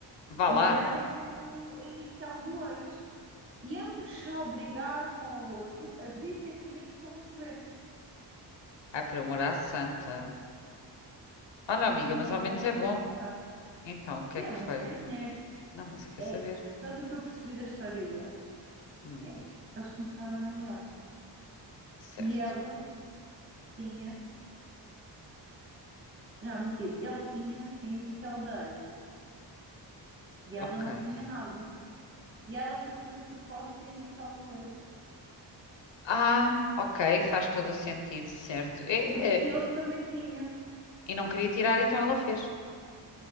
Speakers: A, on the left; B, on the right.
A: Vá lá.
B: E ela tem o, a inicial do ex. E ambos se obrigaram um ao outro a vir ter comigo para removerem.
A: Ai, por amor à santa. Olha, amiga,
B: E
A: mas
B: nem
A: ao
B: vais
A: menos é
B: acreditar.
A: bom. Então, o
B: Sim,
A: que é que
B: ao menos
A: foi?
B: tem dinheiro.
A: Não, mas eu quero
B: É
A: saber.
B: que, pelo que eu percebi da história deles,
A: Hum,
B: é, eles começaram a namorar.
A: certo.
B: E ela tinha, não, mentira, ele tinha a inicial da ex. E ela
A: Ok.
B: não tinha nada. E ela foi fazer de propósito a inicial do ex.
A: Ah, ok, faz todo o sentido, certo. É,
B: Porque
A: é.
B: ele também tinha.
A: E não queria tirar, então ela fez.